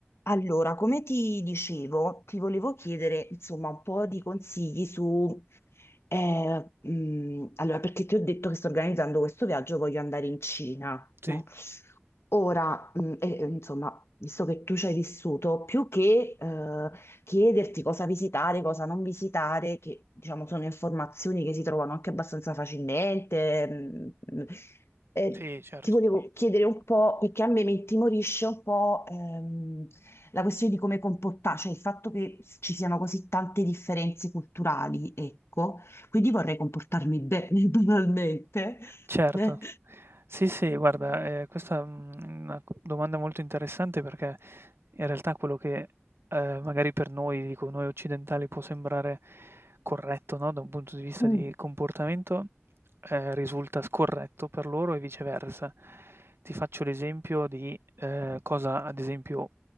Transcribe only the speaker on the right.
Sì,
sì, certo.
Certo.
Sì, sì, guarda, ehm, questa, mhmm, è una c domanda molto interessante perché in realtà quello che, ehm, magari per noi, dico noi occidentali, può sembrare corretto, no, da un punto di vista
di comportamento, ehm, risulta scorretto per loro e viceversa. Ti faccio l'esempio di, ehm, cosa ad esempio